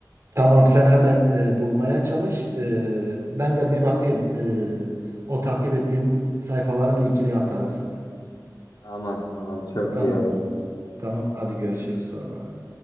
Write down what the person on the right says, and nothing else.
Tamam sen hemen e, bulmaya çalış. E, ben de bir bakayım. E, o takip ettiğim sayfaların linkini atarım sana.
Tamam.
Tamam hadi görüşürüz sonra.